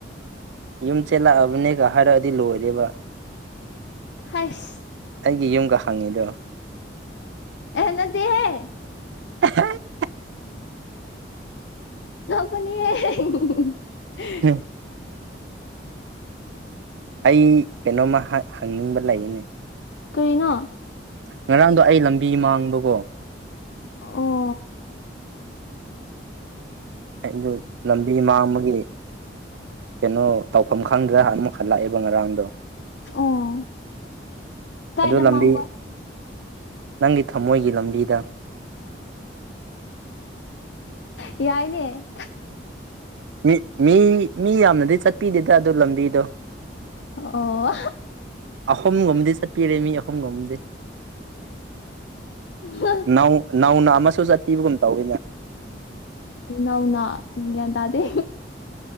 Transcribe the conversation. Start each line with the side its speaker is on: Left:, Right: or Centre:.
Right: ꯌꯨꯝ ꯆꯦꯜꯂꯛꯑꯕꯅꯦꯒ ꯍꯥꯏꯔꯛꯑꯗꯤ ꯂꯣꯏꯔꯦꯕ
Left: ꯍꯩ꯭ꯁ
Right: ꯑꯩꯒꯤ ꯌꯨꯝꯒ ꯍꯪꯉꯤꯗꯣ
Left: ꯑꯦꯍ ꯅꯠꯇꯦꯍꯦ
Right: <inaudible>
Left: ꯃꯅꯤ <unintelligible>
Right: ꯎꯝ <unintelligible> ꯑꯩ ꯀꯩꯅꯣꯝꯃ ꯍꯪ ꯍꯪꯅꯤꯡꯕ ꯂꯩꯌꯦꯅꯦ
Left: ꯀꯔꯤꯅꯣ
Right: ꯉꯔꯥꯡꯗꯣ ꯑꯩ ꯂꯝꯕꯤ ꯃꯥꯡꯕꯀꯣ
Left: ꯑꯣ
Right: ꯑꯩꯗꯣ ꯂꯝꯕꯤ ꯃꯥꯡꯕꯒꯤ ꯀꯩꯅꯣ ꯇꯧꯐꯝ ꯈꯪꯗ꯭ꯔꯥ ꯑꯃꯨꯛ ꯍꯜꯂꯛꯑꯦꯕ ꯉꯔꯥꯡꯗꯣ
Left: ꯑꯣ ꯀꯥꯏꯗ
Right: ꯑꯗꯨ ꯂꯝꯕꯤ
Left: ꯃꯥꯡꯕ
Right: ꯅꯪꯒꯤ ꯊꯝꯃꯣꯏꯒꯤ ꯂꯝꯕꯤꯗ
Left: ꯌꯥꯏꯅꯦ
Right: ꯃꯤ ꯃꯤ ꯃꯤ ꯌꯥꯝꯅꯗꯤ ꯆꯠꯄꯤꯗꯦꯗ ꯑꯗꯨ ꯂꯝꯕꯤꯗꯣ
Left: ꯑꯣ
Right: ꯑꯍꯨꯝꯒꯨꯝꯗꯤ ꯆꯠꯄꯤꯔꯦ ꯃꯤ ꯑꯍꯨꯝꯒꯨꯝꯗꯤ
Left: <inaudible>
Right: ꯅꯧ ꯅꯧꯅ ꯑꯃꯁꯨ ꯆꯠꯄꯤꯕꯒꯨꯝ ꯇꯧꯋꯤꯅꯦ
Left: ꯅꯧꯅ ꯒ꯭ꯌꯥꯟ ꯇꯥꯗꯦ